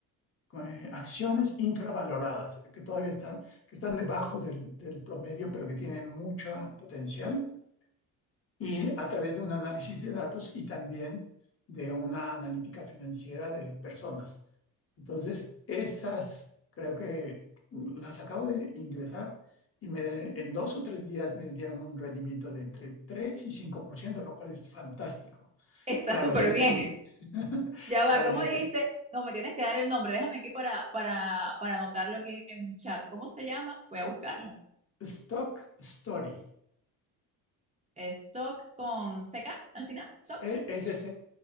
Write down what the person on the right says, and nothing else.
Está
súper
bien.
<laughs>
Ya
va, ¿cómo
dijiste?
No, me tienes que dar el nombre. Déjame aquí para, para, para anotarlo aquí en un chat. ¿Cómo se llama? Voy a buscarlo.
Stock con C K al final. Stock.